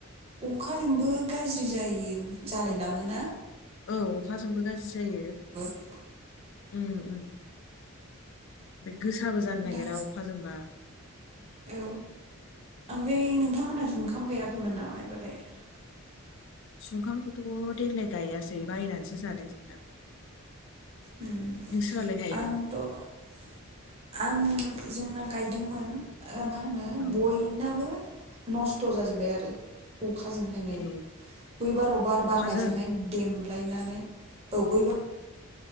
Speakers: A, on the right; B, on the left.
A: अखाजोंबो गाज्रि जायो जालाय लाङोना
B: औ अखाजोंबो गाज्रि जायो
A: <inaudible>
B: उम उम बे गोसाबो जानो
A: दा
B: नागिरा अखाजोंबा
A: औ <inaudible>
B: सुमखामखौथ देग्लाय गायासै बायनानैसो जादों जोंना
A: उम
B: नोंसोरालाय गायदों?
A: आंथ' <inaudible> <inaudible> नस्थ
B: औ
A: जाजोब्बाय आरो
B: ए
A: <inaudible>
B: अखाजों
A: <inaudible>